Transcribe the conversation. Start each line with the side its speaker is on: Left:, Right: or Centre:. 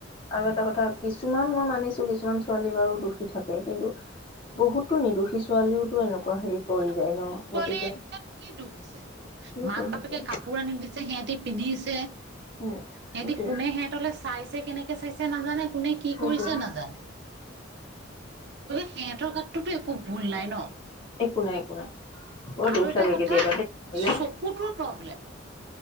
Left: আৰু এটা কথা কিছুমান মই মানিছো কিছুমান ছোৱালী বাৰু দোষী থাকে কিন্তু বহুতো নিৰ্দোষী ছোৱালীওতো এনেকুৱা হেৰিত পৰি
Right: ন ন
Left: যায়
Right: সৰু ছোৱালীৰ
Left: গতিকে
Right: তাত কি দুখ আছে?
Left: সেইটোৱে
Right: মাক
Left: সেইটোৱে
Right: বাপেকে কাপোৰ আনি দিছে সিহঁতি পিন্ধিছে
Left: উম
Right: হিহতি
Left: সেইটোৱে
Right: কোনে হিহঁতলে চাইছে কেনেক কে চাইছে নাজানে কোনে কি
Left: সেইটোৱে
Right: কৰিছে নাজানে। ঐ সিহঁতৰ গাত তোৰতো একো ভুল নাই ন?
Left: একো নাই একো নাই বৰ
Right: আৰু
Left: দুখ
Right: এটা
Left: লাগে
Right: কথা,
Left: কেতিয়াবা দেই ভাবিলে
Right: চকুটোৰ প্ৰব্লেম।